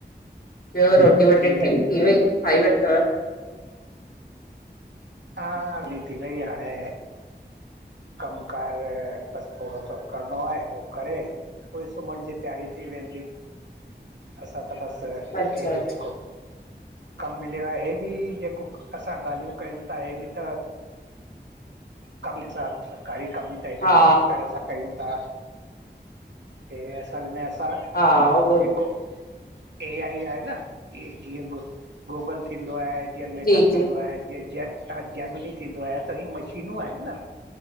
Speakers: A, on the left; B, on the right.
A: ॿियो रोटी वोटी
B: जी
A: ठही
B: जी
A: थी वई खाई वरतव?
B: हा। रो थी वई हाणे। कमुकार ॿसि थोड़ो सो करिणो आहे। हो करे। पोए सुम्हण ॼी तैयारी थी वेंदी। असां त ॿसि
A: अच्छा
B: हे
A: अच्छा
B: ॼेको। कमु मिलियो आ हे ॿि ॼेको असां ॻाल्हियूं कयूं ता हे ॿि त। कमी च् आ सरकारी कमी त हिकु
A: हा
B: तरीक हिक तरहि सां। कयूं ता हे असल में असां
A: हा उहो
B: ॼेको। ए आई आ न इहे ॼीअं गु गूगल थींदो आहे। ॼीअं मेटा
A: जी जी
B: थींदो आहे ॼीअं ॼे ॼैमिनी थींदो आहे त ही मशीनूं आहिनि न।